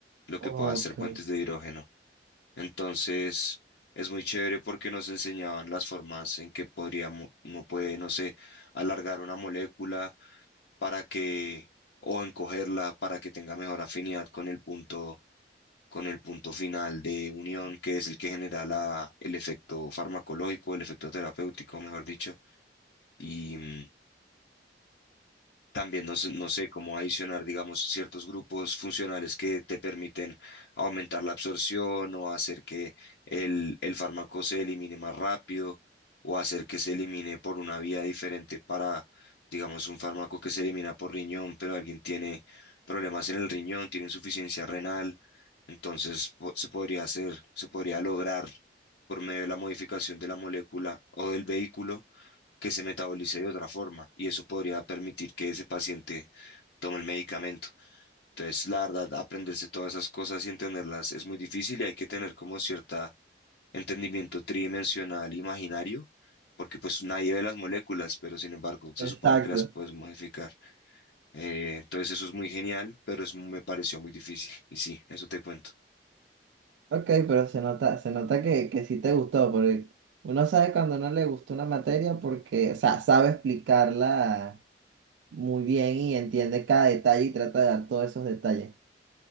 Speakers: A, on the left; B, on the right.
A: lo
B: Ok,
A: que puede hacer puentes de hidrógeno. Entonces, es muy chévere porque nos enseñaban las formas en que podríamos, uno puede, no sé, alargar una molécula para que o encogerla para que tenga mejor afinidad con el punto con el punto final de unión, que es el que genera la, el efecto farmacológico, el efecto terapéutico, mejor dicho, y mm, también no, sé- no sé cómo adicionar, digamos, ciertos grupos funcionales que te permiten aumentar la absorción o hacer que el, el fármaco se elimine más rápido o hacer que se elimine por una vía diferente para, digamos, un fármaco que se elimina por riñón, pero alguien tiene problemas en el riñón, tiene insuficiencia renal entonces po- se podría hacer, se podría lograr por medio de la modificación de la molécula o del vehículo que se metabolice de otra forma y eso podría permitir que ese paciente tome el medicamento. Entonces, la verdad, aprenderse todas esas cosas y entenderlas es muy difícil y hay que tener como cierta entendimiento tridimensional imaginario, porque pues nadie ve las moléculas, pero sin embargo se
B: exacto.
A: supone que las puedes modificar. Eh, entonces eso es muy genial, pero es, me pareció muy difícil y sí, eso te cuento.
B: Ok, pero se nota, se nota que, que sí te gustó, porque uno sabe cuando no le gustó una materia porque, o sea, sabe explicarla muy bien y entiende cada detalle y trata de dar todos esos detalles.